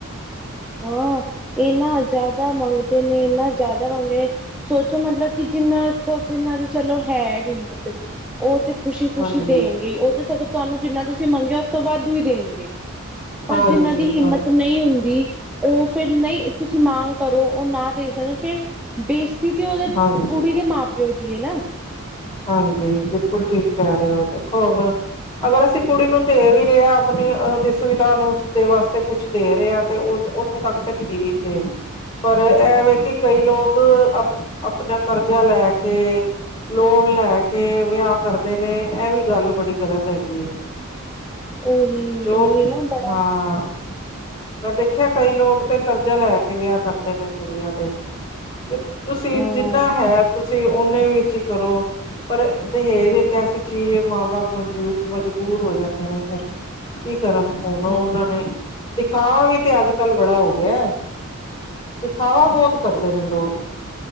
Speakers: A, in the centre; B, on the left.
A: ਹਾਂ, ਏਨਾ ਜ਼ਿਆਦਾ ਮੰਗਦੇ ਨੇ, ਏਨਾ ਜ਼ਿਆਦਾ ਮੰਗਦੇ ਨੇ ਸੋਚੋ ਮਤਲਬ ਕਿ, ਜਿੰਨਾ ਕੁ ਜਿੰਨਾਂ ਦੀ ਚਲੋ ਹੈ ਹਿੰਮਤ ਉਹ ਤੇ ਖੁਸ਼ੀ-ਖੁਸ਼ੀ
B: ਹਾਂਜੀ
A: ਦੇਣਗੇ ਈ। ਉਹ ਤੇ ਸਗੋਂ ਤੁਹਾਨੂੰ ਜਿੰਨਾ ਤੁਸੀਂ ਮੰਗਿਆ ਉਸ ਤੋਂ ਵਾਧੂ ਈ ਦੇਣਗੇ। ਪਰ
B: ਹਾਂਜੀ
A: ਜਿੰਨ੍ਹਾਂ ਦੀ
B: ਹਾਂਜੀ
A: ਹਿੰਮਤ ਨਹੀਂ ਹੁੰਦੀ ਉਹ ਫਿਰ ਨਹੀਂ, ਤੁਸੀਂ ਮਾਂਗ ਕਰੋ ਉਹ ਨਾ ਦੇ ਸਕਣ ਫਿਰ ਬੇਜ਼ਤੀ ਤੇ ਉਹਦੇ, ਕੁੜੀ
B: ਹਾਂਜੀ
A: ਦੇ ਮਾਂ ਪਿਓ ਦੀ ਏ ਨਾ।
B: ਹਾਂਜੀ, ਬਿਲਕੁਲ ਠੀਕ ਕਹਿ ਰਹੇ ਓ, ਦੇਖੋ ਹੁਣ ਅਗਰ ਅਸੀਂ ਕੁੜੀ ਨੂੰ ਦੇ ਵੀ ਰਹੇ ਆਂ ਆਪਣੀ ਦੀ ਸੁਵਿਧਾ ਨੂੰ, ਦੇ ਵਾਸਤੇ ਕੁਛ ਦੇ ਰਹੇ ਆਂ ਤੇ ਉੱਥੋਂ ਤੱਕ ਤਾਂ ਠੀਕ ਏ ਪਰ ਐਵੇ ਕਿ ਕਈ ਲੋਕ ਅ ਆਪਣਾ ਕਰਜ਼ਾ ਲੈ ਕੇ ਲੋਨ ਲੈ ਕੇ ਵਿਆਹ ਕਰਦੇ ਨੇ, ਏਹ ਵੀ ਗੱਲ ਬੜੀ ਗਲਤ ਹੈਗੀ।
A: ਉਹੀ
B: ਜੋ,
A: ਉਹੀ ਨਾ ਬੜਾ
B: ਹਾਂ ਮੈਂ ਦੇਖਿਆ ਕਈ ਲੋਕ ਤੇ ਕਰਜ਼ਾ ਲੈ ਕੇ ਵਿਆਹ ਕਰਦੇ ਨੇ ਕੁੜੀਆਂ ਦੇ। ਵੀ ਤੁਸੀਂ
A: ਹਾਂ
B: ਜਿੰਨਾ ਹੈ, ਤੁਸੀਂ ਓੱਨੇ ਵਿੱਚ ਹੀ ਕਰੋ। ਪਰ ਦਹੇਜ ਏੱਕ ਐਸੀ ਚੀਜ਼ ਹੈ, ਮਾਂ-ਬਾਪ ਮਂਜੂ ਮਜਬੂਰ ਹੋ ਜਾਂਦੇ ਨੇ ਫੇਰ। ਕੀ ਕਰਨ ਹੁਣ ਓਹਨਾਂ
A: ਹਾਂ
B: ਨੇ, ਦਿਖਾਵਾ ਵੀ ਤੇ ਅੱਜ-ਕੱਲ ਬੜਾ ਹੋ ਗਿਆ। ਦਿਖਾਵਾ ਬਹੁਤ ਕਰਦੇ ਨੇ ਲੋਕ,